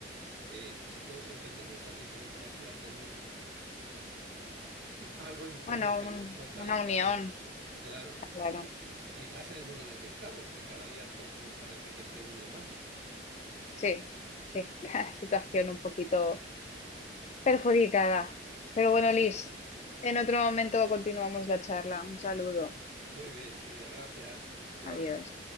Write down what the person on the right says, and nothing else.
eh, si todos entendemos esas diferencias, si hacemos algo en común
que
nos fortalezca
a todos. Claro,
eh, y y más en el mundo en el que estamos, que cada día todo parece que se une más.
Así
es.
Muy bien, Silvia, gracias. Chao.